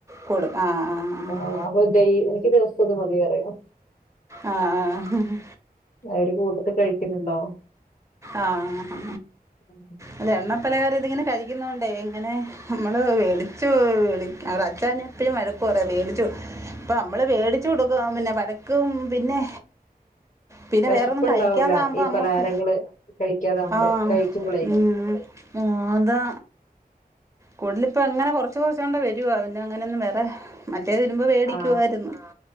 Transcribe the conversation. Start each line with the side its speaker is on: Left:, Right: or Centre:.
Right: കൊടു ആഹ് ആഹ്.
Left: ആ അപ്പൊ ദൈ എനിക്ക് ദിവസം അത് മതി പറയും
Right: ആഹ് ആഹ്.
Left: അവര് കൂട്ടത്തിൽ കഴിക്കുന്ന്ണ്ടാവും.
Right: ആഹ് ഹാ
Left: <unintelligible>
Right: അല്ല എണ്ണപ്പലഹാരം ഇതിങ്ങനെ കഴിക്കുന്നോണ്ടേ ഇങ്ങനെ നമ്മള് വേടിച്ചു വേടി അവ്ടെ അച്ചൻ എപ്പഴും വഴക്ക് പറയും വേടിച്ചു പ്പ നമ്മള് വേടിച്ചു കൊടുക്കുക പിന്നെ വഴക്കും പിന്നെ പിന്നെ
Left: വിശപ്പുണ്ടാവൂല
Right: വേറൊന്നും കഴിക്കൃതാവുമ്പം
Left: ഈ
Right: നമ്മക്ക്
Left: പലഹാരങ്ങള് കഴിക്കാതെ നമ്മള്
Right: ആഹ്
Left: കഴിക്കുമ്പളേ
Right: ഉം. അ് അതാ. കൂട്തലിപ്പ എങ്ങനെ കെറ്ച്ചു കൊറ്ച്ചാണ്ട് വരുവാ പിന്നെ അങ്ങനെന്നും വേറെ മറ്റേത് ഇടുമ്പം വേടിക്കുവായിരുന്നു.
Left: ആ